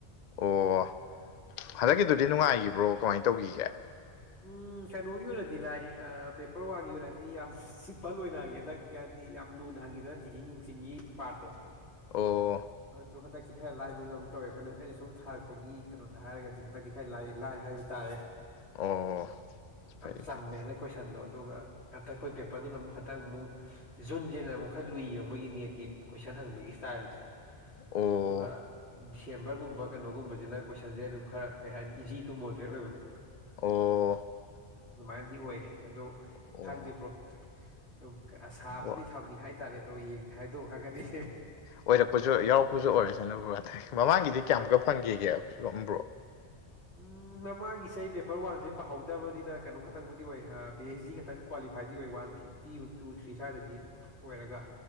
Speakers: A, on the left; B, on the left.
A: ꯑꯣ ꯍꯟꯗꯛꯀꯤꯗꯨꯗꯤ ꯅꯨꯡꯉꯥꯏꯒꯤꯕ꯭ꯔꯣ ꯀꯃꯥꯏꯅ ꯇꯧꯒꯤꯒꯦ
B: ꯎꯝ ꯀꯩꯅꯣꯒꯤ ꯑꯣꯏꯔꯗꯤ ꯂꯥꯏ ꯑꯥ ꯄꯦꯄꯔ ꯋꯥꯟꯒꯤ ꯑꯣꯏꯅꯗꯤ ꯌꯥꯝ ꯁꯤꯝꯄꯜ ꯑꯣꯏꯅ ꯍꯪꯉꯦ ꯍꯟꯗꯛꯇꯤ ꯍꯥꯏꯗꯤ ꯌꯥꯝ ꯂꯨꯅ ꯍꯪꯉꯤ ꯑꯗꯨꯅ ꯇꯤꯆꯤꯡ ꯅꯨꯡꯆꯤꯡꯒꯤ ꯄꯥꯔꯠꯇꯣ
A: ꯑꯣ
B: ꯑꯗꯨ ꯍꯟꯗꯛ ꯇꯤ ꯈꯔ ꯂꯥꯏꯕꯗꯧꯅ ꯇꯧꯋꯦ ꯑꯩꯈꯣꯏꯅ ꯑꯩꯅ ꯁꯨꯝ ꯊꯥꯛꯄꯒꯤ ꯀꯅꯣꯗ ꯍꯥꯏꯔꯒꯗꯤ ꯍꯟꯗꯛꯇꯤ ꯈꯔ ꯂꯥꯏ ꯂꯥꯏ ꯍꯥꯏꯕ ꯇꯥꯔꯦ
A: ꯑꯣ
B: ꯌꯥꯝ
A: ꯐꯩ
B: ꯆꯝꯃꯦ
A: ꯐꯩ
B: ꯍꯟꯗꯛ ꯀꯣꯏꯁꯟꯗꯣ ꯑꯗꯨꯒ ꯍꯟꯇꯛ ꯑꯩꯈꯣꯏ ꯄꯦ ꯄꯔ ꯗꯨꯅ ꯑꯃꯨꯛ ꯈꯛꯇꯛ ꯃꯨꯛ ꯖꯨꯟꯖꯤꯅ ꯑꯃꯨꯛ ꯈꯔ ꯂꯨꯏꯌꯦꯕ ꯃꯣꯏꯒꯤ ꯅꯦꯠꯀꯤ ꯀꯣꯏꯁꯟ ꯍꯪꯕꯒꯤ ꯏꯁꯇꯥꯏꯜꯖꯦ
A: ꯑꯣ
B: ꯑꯗꯨꯒ ꯗꯤꯁꯦꯝꯕꯔꯒꯨꯝꯕ ꯀꯩꯅꯣꯒꯨꯝꯕꯖꯤꯅ ꯀꯣꯏꯁꯟꯖꯦ ꯑꯗꯨꯝ ꯈꯔ ꯀꯩ ꯍꯥꯏꯅꯤ ꯏꯖꯤ ꯇꯨ ꯃꯣꯗ꯭ꯔꯦꯠ ꯑꯣꯏꯕꯗꯣ
A: ꯑꯣ
B: ꯑꯗꯨꯃꯥꯏꯅꯗꯤ ꯑꯣꯏꯌꯦ ꯑꯗꯣ
A: ꯑꯣ
B: ꯈꯪꯗꯦ ꯕ꯭ꯔꯣ ꯑꯗꯨꯝ ꯑꯁꯥꯕꯨꯗꯤ
A: ꯑꯣ
B: ꯊꯝꯃꯤ ꯍꯥꯏꯇꯥꯔꯦ ꯑꯗꯣ ꯌꯦꯡ ꯍꯥꯏꯗꯣꯛꯑ ꯈꯪꯉꯅꯤ
A: ꯑꯣꯏꯔꯛꯄꯖꯨ ꯌꯥꯎꯔꯛꯄꯖꯨ ꯑꯣꯏꯔꯁꯅꯨ ꯚꯥꯏ ꯃꯃꯥꯡꯒꯤꯗꯤ ꯀꯌꯥꯃꯨꯛꯀ
B: ꯍꯣꯏ
A: ꯐꯪꯈꯤꯒꯦ ꯕ꯭ꯔꯣ
B: ꯎꯝ ꯃꯃꯥꯡꯒꯤ ꯁꯦ ꯑꯩ ꯄꯦꯄꯔ ꯋꯥꯟꯖꯦ ꯄꯥꯍꯧꯗꯕꯅꯤꯅꯥ ꯀꯅꯣ ꯈꯇꯪꯕꯨꯗꯤ ꯑꯣꯏꯌꯦ ꯑꯥ ꯄꯤ ꯑꯩꯆ ꯗꯤ ꯈꯇꯪ ꯀ꯭ꯋꯥꯂꯤꯐꯥꯏꯗꯤ ꯑꯣꯏ ꯋꯥꯟ ꯐꯤꯐꯇꯤ ꯇꯨ ꯊ꯭ꯔꯤ ꯁꯥꯏꯗꯗꯤ ꯑꯣꯏꯔꯒ